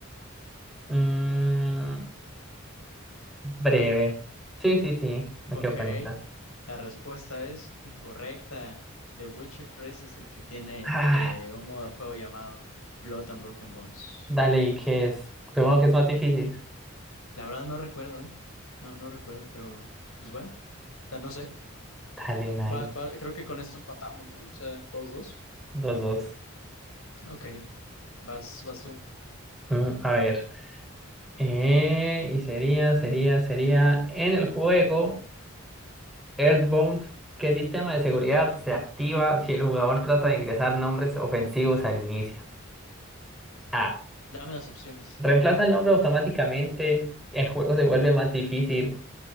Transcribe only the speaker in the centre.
Mm, breve. Sí, sí, sí. Me
quedo con esa.
Ah,
dale, ¿y qué es? Supongo que es más difícil.
Dale, nice.
Dos, dos.
Mm, a ver. Eh, y sería, sería, sería en el juego. Earthbound, ¿qué sistema de seguridad se activa si el jugador trata de ingresar nombres ofensivos al inicio? A.
Reemplaza el nombre automáticamente, el juego se vuelve más difícil,